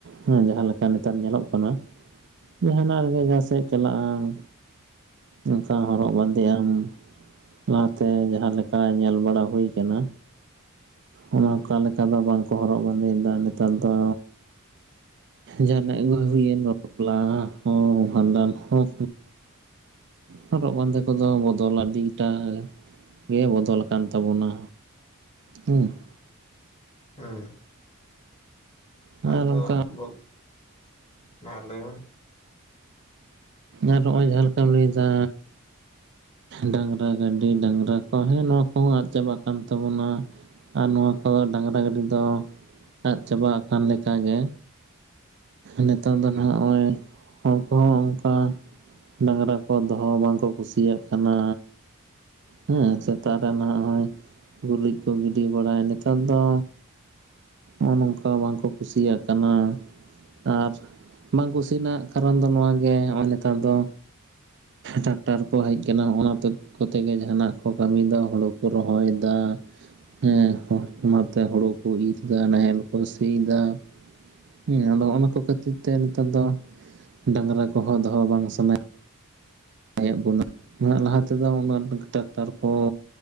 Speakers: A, on the right (about 55°); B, on the left (about 25°).
A: ᱦᱮᱸ ᱡᱟᱦᱟᱸ ᱞᱮᱠᱟ ᱱᱮᱛᱟᱨ ᱧᱮᱞᱚᱜ ᱠᱟᱱᱟ᱾ ᱡᱟᱦᱟᱱᱟᱜ ᱨᱮᱜᱮ ᱡᱟᱦᱟᱸ ᱥᱮᱫᱼᱮ ᱪᱟᱞᱟᱜᱼᱟ᱾ ᱚᱱᱠᱟ ᱦᱚᱨᱚᱜ ᱵᱟᱸᱫᱮ ᱟᱢ, ᱞᱟᱦᱟᱛᱮ ᱡᱟᱦᱟᱸ ᱞᱮᱠᱟ ᱧᱮᱞ ᱵᱟᱲᱟ ᱦᱩᱭ ᱠᱟᱱᱟ᱾ ᱚᱱᱟ ᱚᱱᱠᱟ ᱞᱮᱠᱟ ᱫᱚ ᱵᱟᱝ ᱠᱚ ᱦᱚᱨᱚᱜ ᱵᱟᱸᱫᱮᱭ ᱮᱫᱟ ᱱᱮᱛᱟᱨ ᱫᱚ᱾ ᱡᱟᱦᱟᱱᱟᱜ ᱜᱮ ᱦᱩᱭᱮᱱ ᱵᱟᱯᱞᱟ ᱦᱚᱸ, ᱵᱷᱟᱸᱰᱟᱱ ᱦᱚᱸ ᱦᱚᱨᱚᱜ ᱵᱟᱸᱫᱮ ᱠᱚᱫᱚ ᱵᱚᱫᱚᱞ ᱟᱹᱰᱤᱴᱟᱜ ᱜᱮ ᱵᱚᱫᱚᱞ ᱟᱠᱟᱱ ᱛᱟᱵᱚᱱᱟ᱾ ᱦᱩᱸ᱾
B: ᱦᱮᱸ᱾
A: ᱟᱨ
B: ᱟᱫᱚ
A: ᱚᱱᱠᱟ
B: ᱵᱚ ᱢᱟ ᱞᱟᱹᱭ ᱢᱮ
A: ᱟᱨ ᱱᱚᱜᱼᱚᱭ ᱡᱟᱦᱟᱸ ᱞᱮᱠᱟᱢ ᱞᱟᱹᱭ ᱮᱫᱟ᱾ ᱰᱟᱝᱜᱽᱨᱟ ᱜᱟᱹᱰᱤ, ᱰᱟᱝᱜᱽᱨᱟ ᱠᱚ ᱦᱮᱸ ᱱᱚᱣᱟ ᱠᱚᱦᱚᱸ ᱟᱫ ᱪᱟᱵᱟᱜ ᱠᱟᱱ ᱛᱟᱵᱚᱱᱟ᱾ ᱟᱨ ᱱᱚᱣᱟ ᱠᱚᱫᱚ ᱰᱟᱹᱝᱜᱽᱨᱟ ᱜᱟᱹᱰᱤ ᱫᱚ ᱟᱫ ᱪᱟᱵᱟ ᱠᱟᱱ ᱞᱮᱠᱟ ᱜᱮ ᱱᱤᱛᱚᱜ ᱫᱚ ᱱᱷᱟᱜ ᱱᱚᱜᱼᱚᱭ ᱩᱱᱠᱩ ᱠᱚᱦᱚᱸ ᱚᱱᱠᱟ ᱰᱟᱝᱜᱽᱨᱟ ᱠᱚ ᱫᱚᱦᱚ ᱦᱚᱸ ᱵᱟᱝᱠᱚ ᱠᱩᱥᱤᱭᱟᱜ ᱠᱟᱱᱟ᱾ ᱦᱮᱸ ᱥᱮᱛᱟᱜ ᱨᱮ ᱱᱷᱟᱜ ᱦᱚᱸᱭᱼᱚᱭ ᱜᱩᱨᱤᱡ ᱠᱚ ᱜᱤᱰᱤ ᱵᱟᱲᱟᱭ ᱱᱮᱛᱟᱨ ᱫᱚ ᱱᱚᱜᱼᱚᱭ ᱱᱚᱝᱠᱟ ᱵᱟᱝ ᱠᱚ ᱠᱩᱥᱤᱭᱟᱜ ᱠᱟᱱᱟ᱾ ᱟᱨ ᱵᱟᱝ ᱠᱩᱥᱤᱱᱟᱜ ᱠᱟᱨᱚᱱ ᱫᱚ ᱱᱚᱣᱟᱜᱮ ᱱᱚᱜᱼᱚᱭ ᱱᱮᱛᱟᱨ ᱫᱚ ᱴᱟᱠᱴᱟᱨ ᱠᱚ ᱦᱮᱡ ᱠᱟᱱᱟ, ᱚᱱᱟᱛᱮ ᱠᱚᱛᱮ ᱜᱮ ᱡᱟᱦᱟᱱᱟᱜ ᱠᱚ ᱠᱟᱹᱢᱤ ᱮᱫᱟ, ᱦᱳᱲᱳ ᱠᱚ ᱨᱚᱦᱚᱭ ᱮᱫᱟ᱾ ᱦᱮᱸ, ᱚᱱᱟ ᱛᱮ ᱦᱩᱲᱩ ᱠᱚ ᱤᱨ ᱮᱫᱟ, ᱱᱟᱦᱮᱞ ᱠᱚ ᱥᱤ ᱮᱫᱟ᱾ ᱦᱮᱸ, ᱟᱫᱚ ᱚᱱᱟ ᱠᱚ ᱠᱷᱟᱹᱛᱤᱨ ᱛᱮ ᱱᱮᱛᱟᱨ ᱫᱚ ᱰᱟᱝᱜᱽᱨᱟ ᱠᱚᱦᱚᱸ ᱫᱚᱦᱚ ᱵᱟᱝ ᱥᱟᱱᱟᱭ ᱮᱫ ᱵᱚᱱᱟ᱾ ᱞᱟᱦᱟ ᱛᱮᱫᱚ ᱩᱱᱟᱹ ᱴᱟᱠᱴᱟᱨ ᱠᱚ